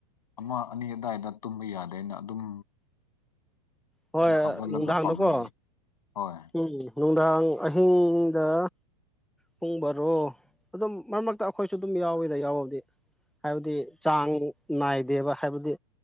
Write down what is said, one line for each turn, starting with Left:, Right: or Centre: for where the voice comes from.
Left: ꯑꯃ ꯑꯅꯤ ꯑꯗꯨꯋꯥꯏꯗ ꯇꯨꯝꯕ ꯌꯥꯗꯦꯅ ꯑꯗꯨꯝ
Centre: ꯍꯣꯏ
Left: ꯍꯧꯒꯠꯂꯒ
Centre: ꯅꯨꯡꯗꯥꯡꯗꯀꯣ
Left: ꯄꯥꯝꯃꯦ ꯍꯣꯏ
Centre: ꯎꯝ ꯅꯨꯡꯗꯥꯡ ꯑꯍꯤꯡꯗ ꯄꯨꯡꯕꯔꯣ ꯑꯗꯨꯝ ꯃꯔꯛ ꯃꯔꯛꯇ ꯑꯩꯈꯣꯏꯁꯨ ꯑꯗꯨꯝ ꯌꯥꯎꯋꯤꯗ ꯌꯥꯎꯕꯕꯗꯤ ꯍꯥꯏꯕꯗꯤ ꯆꯥꯡ ꯅꯥꯏꯗꯦꯕ ꯍꯥꯏꯕꯗꯤ